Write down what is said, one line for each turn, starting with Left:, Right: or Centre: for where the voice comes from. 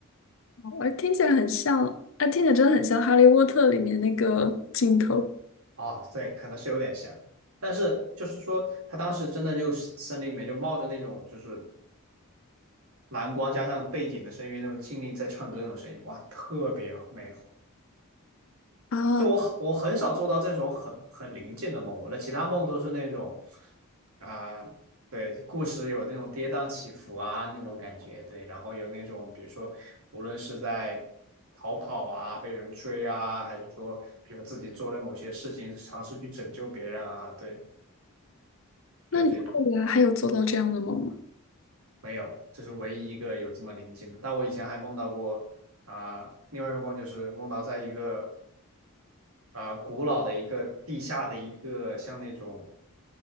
Left: 我听起来很像，啊，听起来真的很像《哈利波特》里面那个镜头
Right: 啊，对，可能是有点像，但是就是说它当时真的就是森林里面就冒着那种就是蓝光加上背景的声音，那种精灵在唱歌那种声音，哇，特别美好。
Left: 啊。
Right: 就我我很少做到这种很很灵境的梦，我的其他梦都是那种啊、对，故事有那种跌宕起伏啊那种感觉，对，然后有那种比如说无论是在逃跑啊、被人追啊，还是说比如自己做了某些事情尝试去拯救别人啊，对，
Left: 那你后来还有做到这样的梦吗？
Right: 就这种没有，这是唯一一个有这么灵境的。但我以前还梦到过啊、另外一个梦就是梦到在一个啊、古老的一个地下的一个像那种。